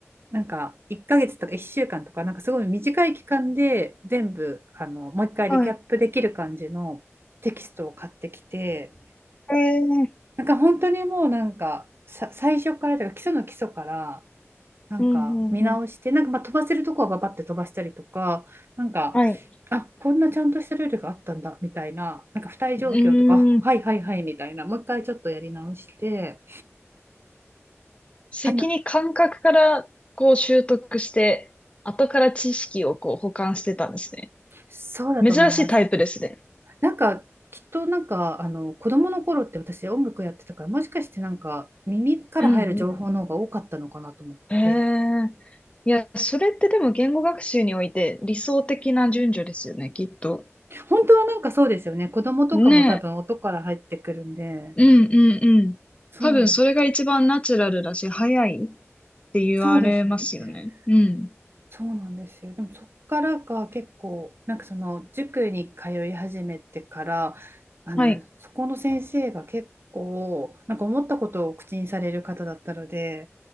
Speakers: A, on the right (about 50°); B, on the left (about 25°).
A: なんか1ヶ月とか1週間とかなんかすごい短い期間で全部あのもう一回リキャップできる感じのテキストを買ってきて
B: はい。ええ
A: なんか本当にもうなんかさ最初からというか基礎の基礎からなんか見直して、
B: うんうんうん。
A: なんかまあ飛ばせるとこはババって飛ばしたりとか、なんか、
B: はい。
A: あ、こんなちゃんとしたルールがあったんだみたいな、なんか付帯状況とか、
B: うーん。
A: あはいはいはいみたいな、もう一回ちょっとやり直して、
B: 先に感覚からこう習得して、
A: で、な
B: 後から知識をこう補完してたんですね。
A: そうだと思います。
B: 珍しいタイプですね。
A: なんかきっとなんかあの子供の頃って私音楽やってたからもしかしてなんか耳から入る情報の方が多かったのかなと思って
B: うんうんへえ。いや、それってでも言語学習において理想的な順序ですよね、きっと。
A: 本当はなんかそうですよね子供とかも多分音から入ってくるんで
B: ねえ。うんうんうん。
A: そう
B: 多分それが一番ナチュラルだし、早いって言われますよね。
A: そうですよね
B: うん。ん。
A: そうなんですよ。でもそっからが結構なんかその塾に通い始めてからあのそこの先生が結構なんか思ったことを口にされる方だったので
B: はい。